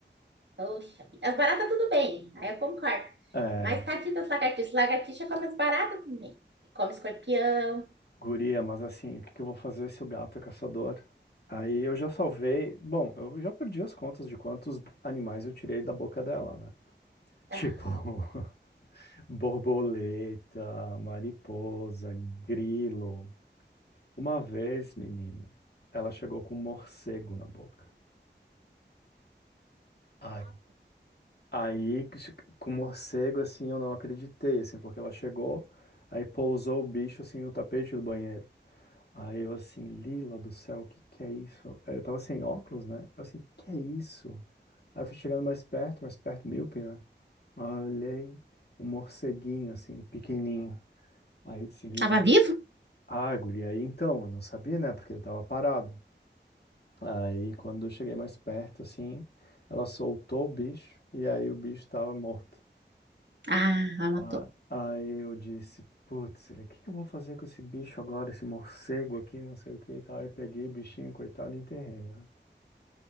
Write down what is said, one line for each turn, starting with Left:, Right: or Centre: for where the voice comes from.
Right: Poxa vida. As baratas tudo bem, aí eu concordo.
Left: É,
Right: Mas tadinha das lagartixas. Lagartixa come as baratas também. Come escorpião.
Left: guria, mas assim, o que que eu vou fazer se o gato é caçador? Aí eu já salvei. Bom, eu já perdi as contas de quantos animais eu tirei da boca dela, né? Tipo.
Right: Ah,
Left: <laughs> Borboleta, mariposa, grilo. Uma vez, menina, ela chegou com um morcego na boca. Ai. Aí, com o morcego, assim, eu não acreditei, assim, porque ela chegou, aí pousou o bicho, assim, no tapete do banheiro. Aí eu, assim, Lila do céu, o que que é isso? Aí Eu tava sem óculos, né? Eu, assim, que que é isso? Aí eu fui chegando mais perto, mais perto, míope, né? Aí eu Olhei um morceguinho, assim, pequenininho. Aí eu disse, Lila,
Right: Tava vivo?
Left: Ah, guri, aí então, eu não sabia, né? Porque ele tava parado. Aí quando eu cheguei mais perto, assim, ela soltou o bicho e aí o bicho tava morto.
Right: Ah, ela matou.
Left: Ah, aí eu disse, putz, o que que eu vou fazer com esse bicho agora, esse morcego aqui, não sei o que e tal. Aí eu peguei o bichinho, coitado, e enterrei, né?